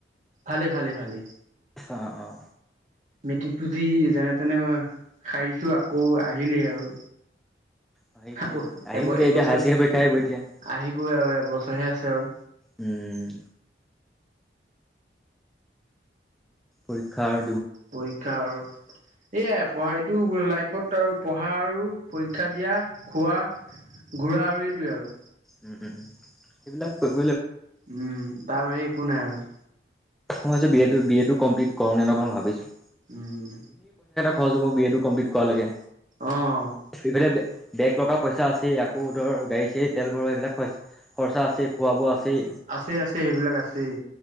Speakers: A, on the right; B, in the centre.
A: ভালে-ভালে-ভালে!
B: অ অ
A: মেট্ৰিক টো যি যেনে তেনে অ সাৰিছো আকৌ আহিলেই আৰু।
B: অ সেইটোৱে
A: আকৌ
B: আহিব
A: এব
B: এতিয়া
A: এইবছৰ
B: এতিয়া হায়াৰ ছেকেণ্ডেৰী পৰীক্ষা আহিব এতিয়া
A: আহিবই আৰু এবছৰহে আছে আৰু
B: উম। পৰীক্ষাৰ
A: পৰীক্ষা আৰু এইয়াই পঢ়া, এইটো লাইফত আৰু পঢ়া আৰু পৰীক্ষা দিয়া, খোৱা। ঘূৰা আৰু এইটোৱে আৰু।
B: উম উম সেইবিলাক কৰিম।
A: উম তাৰ বাহিৰে একো নাই আৰু।
B: মইছ যে বি এ টো বি এ টো কমপ্লিট কৰো নে নকৰো ভাবিছো।
A: উম।
B: হৈ যাব বি এটো কম্পিলিট কৰা লৈকে।
A: অ'।
B: এই বেক লগা পইচা আছে আকৌ ধৰ গাড়ী চা় ৰী তেল ভৰৱা এইবিলাক খৰচা আছে খোৱা বোৱা আছেই
A: আছে আছে এইবিলাক আছেই।